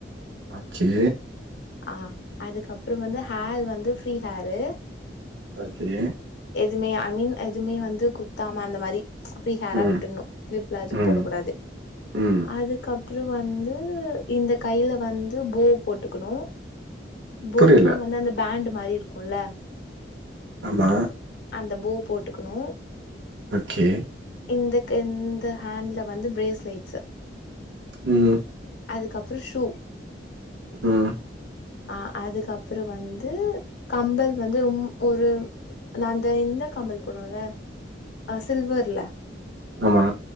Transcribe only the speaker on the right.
ஓகே
ஓகே
ம்
ம்
ம்
புரியல
ஆமா
ஓகே
ம்
ம்
ஆமா